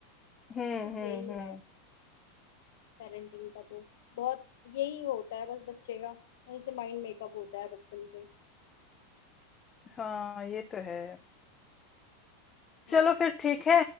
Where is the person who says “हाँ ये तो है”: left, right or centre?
Left